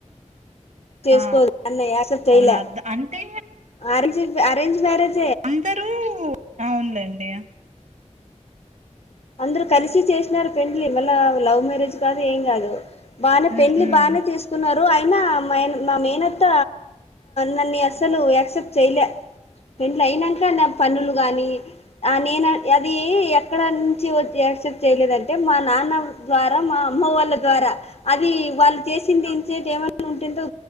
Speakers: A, on the left (about 55°); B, on the right (about 75°).
A: చేసుకోదున్న
B: ఆ
A: యాక్సెప్ట్ చేయలే
B: అవును అర్థ అంటే
A: అర అరేంజ్ మ్యారేజ్
B: అందరూ అవునులేండి
A: అందరు కలిసి చేసినారు పెండ్లి మళ్ళా లవ్ మ్యరేజ్ కాదు ఏం కాదు వాళ్ల
B: మ్మ్
A: పెళ్లి
B: మ్మ్
A: బానే తీసుకున్నారు అయినా మా మేనత్త నన్ను అసలు యాక్సెప్ట్ చేయలే పెంట్లు అయినాక నా పన్నలు కానీ నేను అది ఎక్కడ యాక్సెప్ట్ చేయలేదంటే మా నాన్న ద్వారా మా అమ్మ వాళ్ళ ద్వారా అది వాళ్ళు చేసింది ఇన్సిడెంట్ ఏమైనా ఉంటుందో